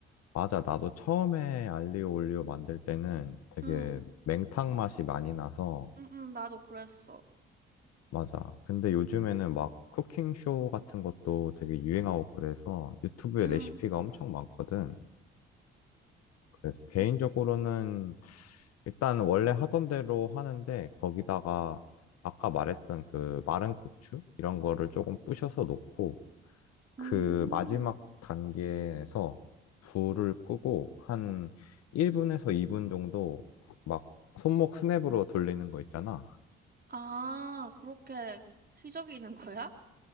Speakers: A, on the left; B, on the right.
A: 맞아. 나도 처음에 알리오 올리오 만들 때는 되게
B: 응,
A: 맹탕 맛이 많이 나서
B: 응, 응, 나도 그랬어.
A: 맞아. 근데 요즘에는 막 쿠킹쇼 같은 것도 되게 유행하고 그래서 유튜브에
B: 응.
A: 레시피가 엄청 많거든. 그래서 개인적으로는
B: 응.
A: 일단 원래 하던 대로 하는데 거기다가 아까 말했던 그 마른 고추 이런 거를 조금 부셔서 넣고 그
B: 음.
A: 마지막 단계에서 불을 끄고 한 1분에서 2분 정도 막 손목 스냅으로 돌리는 거 있잖아.
B: 아, 그렇게 휘저기는 거야?